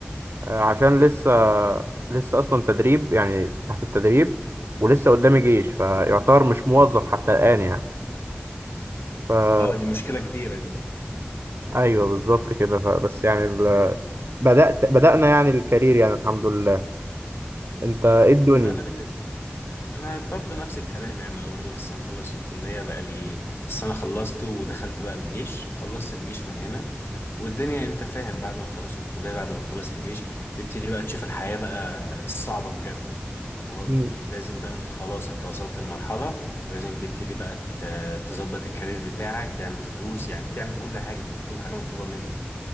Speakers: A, on the right (about 85°); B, on the left (about 70°).
A: آه، عشان لسه لسه أصلا تدريب يعني تحت التدريب ولسه قدامي جيش فيعتبر مش موظف حتى الآن يعني فا
B: اه دي مشكلة كبيرة دي
A: ايوه بالظبط كده ف... بس يعني ال... بدأت بدأنا يعني الكارير يعني الحمد لله انت ايه
B: الحمد
A: الدنيا
B: لله انا بالنسبة انا برضو نفس الكلام يعني انا برضو لسه مخلص الكلية بقى لي لسه انا خلصت ودخلت بقى الجيش وخلصت الجيش من هنا والدنيا انت فاهم بعد ما تخلص الكلية بعد ما تخلص الجيش تبتدي بقى تشوف الحياة بقى الصعبة بجد اللي هو
A: مم.
B: بت... لازم بقى انت خلاص انت وصلت لمرحلة لازم تبتدي بقى ت- تظبط الكارير بتاعك تعمل فلوس يعني تعمل كل حاجة تبقى كل حاجة مطلوبة منك